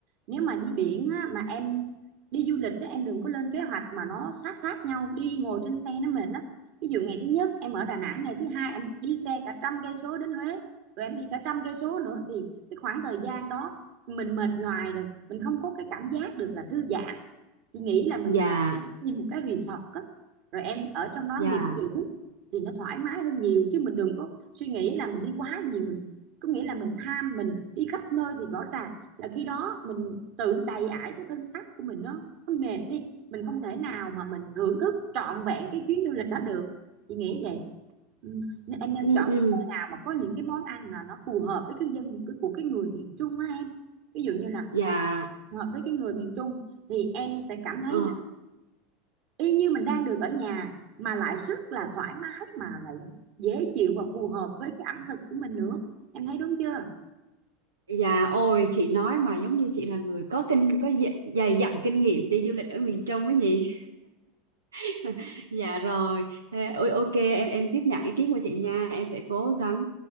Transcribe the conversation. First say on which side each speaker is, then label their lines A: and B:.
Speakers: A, on the right; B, on the right.
A: nếu mà đi biển á, mà em đi du lịch á, em đừng có lên kế hoạch mà nó sát sát nhau, đi ngồi trên xe nó mệt lắm. Ví dụ ngày thứ nhất em ở Đà Nẵng, ngày thứ hai em đi xe cả trăm cây số đến Huế, rồi em đi cả trăm cây số nữa thì cái khoảng thời gian đó mình mệt nhoài rồi, mình không có cái cảm giác được là thư giãn. Chị nghĩ là mình
B: dạ
A: nên đi một cái resort á, rồi em ở trong đó
B: dạ
A: nghỉ dưỡng thì nó thoải mái hơn nhiều chứ mình đừng có suy nghĩ là mình đi quá nhiều mình có nghĩa là mình tham mình đi khắp nơi thì rõ ràng là khi đó mình tự đầy ải cái thân xác của mình nó, nó mệt đi mình không thể nào mà mình thưởng thức trọn vẹn cái chuyến du lịch đó được chị nghĩ vậy ừ. nên em nên
B: ừ
A: chọn
B: ừ
A: nào mà có những cái món ăn là nó phù hợp với cái dân cái- của cái người miền Trung á em ví dụ như là
B: dạ
A: hợp với cái người miền Trung thì em sẽ cảm thấy
B: ờ,
A: là y như mình đang được ở nhà mà lại rất là thoải mái mà lại dễ chịu và phù hợp với cái ẩm thực của mình nữa em thấy đúng chưa
B: dạ ôi chị nói mà giống như chị là người có kinh có dày dày dặn kinh nghiệm đi du lịch ở miền Trung ấy nhỉ <laughs> dạ rồi Thế, ôi, ok em em tiếp nhận ý kiến của chị nha em sẽ cố gắng